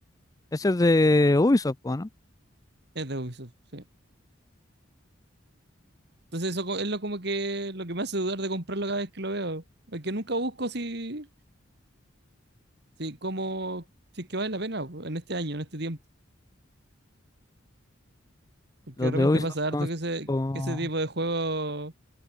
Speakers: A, on the left; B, on the right.
A: Ese es de Ubisoft, po, ¿no?
B: Es de Ubisoft, sí. Entonces eso es lo como que lo que me hace dudar de comprarlo cada vez que lo veo. Porque nunca busco si, si cómo si es que vale la pena po, en este año, en este tiempo. Porque
A: Los
B: de repente
A: de Ubisoft
B: pasa harto
A: son...
B: que
A: tipo-
B: ese, que ese tipo de juegos